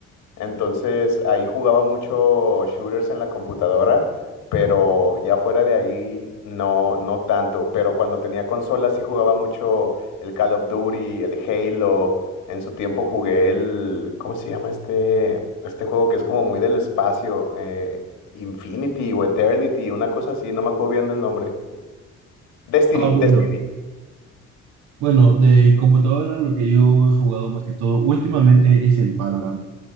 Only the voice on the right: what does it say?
Ah, bueno.
Bueno, de computadora lo que yo he jugado más que todo últimamente es el Valorant,